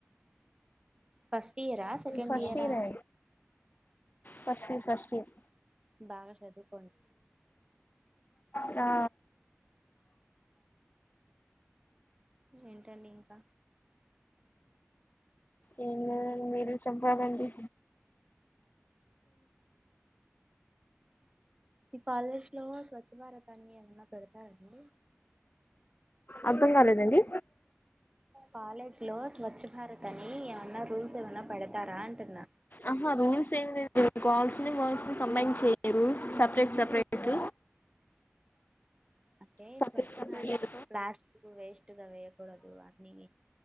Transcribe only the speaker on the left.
ఫ్రస్ట్
ఇయరే ఫస్ట్ ఇర్ ఫస్ట్ ఇర్
ఆ
ఎమ్లేదండి మీరె చెపాలండి
అద్దం కాలేదండి
ఆహా రూల్స్ ఏం లేదు గర్లస్ని బాయ్స్ని కంబైన్ చేయరు రూల్స్ సప్రేట్ సప్రేట్
separate
separate